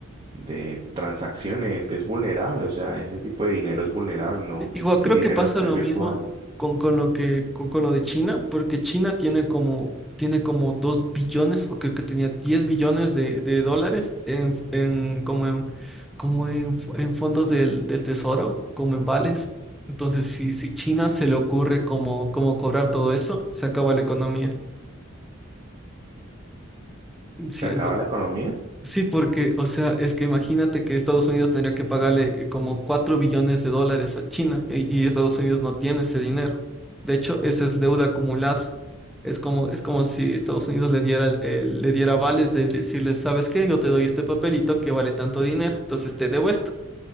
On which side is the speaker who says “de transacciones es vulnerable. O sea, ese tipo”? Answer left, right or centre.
Right